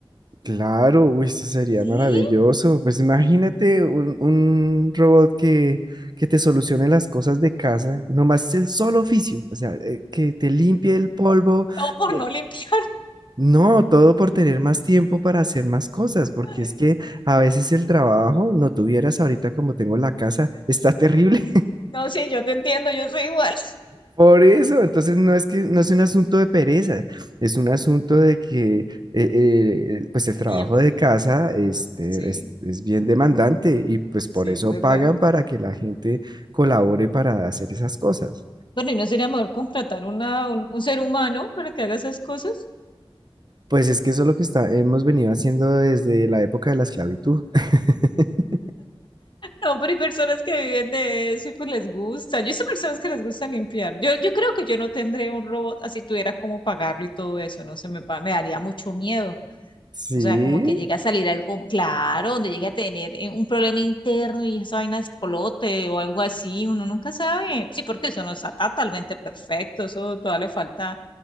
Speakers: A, on the right; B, on the left.
A: Claro, uy, esto sería
B: Sí,
A: maravilloso. Pues imagínate un, un robot que, que te solucione las cosas de casa, nomás el solo oficio, o sea, eh, que te limpie el polvo.
B: o por
A: que-
B: no limpiar.
A: No, todo por tener más tiempo para hacer más cosas, porque
B: <laughs>
A: es que a veces el trabajo, no tuvieras ahorita como tengo la casa, está <laughs> terrible.
B: No, sí, yo te entiendo, yo soy igual.
A: Por eso, entonces no es que no es un asunto de pereza, es un asunto de que eh, eh, pues el
B: <laughs>
A: trabajo
B: Tiempo,
A: de casa este,
B: sí,
A: es, es bien demandante y pues por
B: sí,
A: eso
B: es verdad.
A: pagan para que la gente colabore para hacer esas cosas.
B: Bueno, ¿y no sería mejor contratar una, un, un ser humano para que haga esas cosas?
A: Pues es que eso es lo que está, hemos venido haciendo desde la época de la esclavitud. <laughs>
B: No, pero hay personas que viven de eso y pues les gusta. Yo sé personas que les gusta limpiar. Yo, yo creo que yo no tendría un robot así tuviera cómo pagarlo y todo eso, no sé, me, pa- me daría mucho miedo.
A: Sí.
B: O sea, como que llega a salir algo, claro, donde llegue a tener eh, un problema interno y esa vaina explote o algo así, uno nunca sabe. Sí, porque eso no está totalmente perfecto, eso todavía le falta